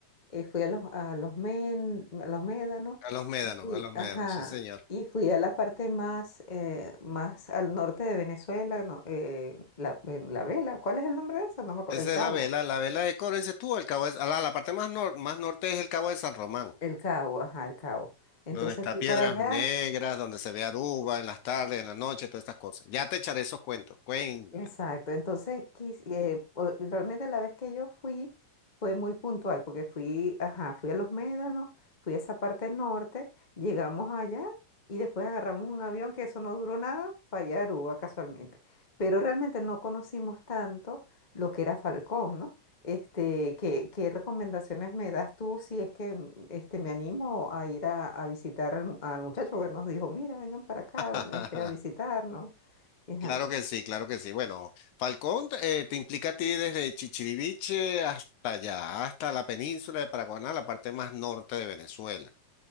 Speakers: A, on the left; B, on the left.
A: eh, fui a los, a los, men, a los médanos
B: A los médanos,
A: y fui,
B: a los médanos,
A: ajá,
B: sí señor.
A: y fui a la parte más, eh, más al norte de Venezuela, no, eh, la, eh, La Vela. ¿Cuál es el nombre de eso? No me acuerdo.
B: Esa
A: El Cabo.
B: es la vela, la vela de Coro, dices tú, el cabo de- a la, la parte más, nor- más norte es el Cabo de San Román,
A: El Cabo, ajá, el Cabo. Entonces
B: donde está
A: fui
B: Piedras
A: para allá
B: Negras, donde se ve Aruba en las tardes, en la noche, todas estas cosas. Ya te echaré esos cuentos, cuenta.
A: Exacto, entonces quis- eh, o- realmente la vez que yo fui fue muy puntual porque fui, ajá, fui a Los Médanos, fui a esa parte norte, llegamos allá y después agarramos un avión que eso no duró nada para allá a Aruba casualmente. Pero realmente no conocimos tanto lo que era Falcón, ¿no? Este, ¿qué, qué recomendaciones me das tú si es que mm, este, me animo a ir a, a visitar al, al muchacho que nos dijo, mira, vengan para acá
B: <laughs>
A: este, a visitarnos? Ajá.
B: Claro que sí, claro que sí. Bueno, Falcón eh, te implica a ti desde Chichiriviche hasta allá, hasta la península de Paraguaná, la parte más norte de Venezuela.